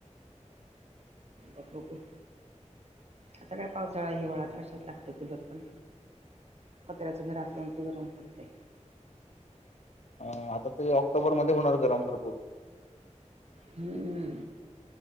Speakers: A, on the right (about 55°); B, on the left (about 60°).
A: बाभक. आता काय पावसाळा हिवाळा तर अशात लागते कुदरपण. पत्र्याच घर असल्या ते घरवून पडतेय.
B: अ आता ते ऑक्टोबर मध्ये होणार गरम भरपूर.
A: हम्मम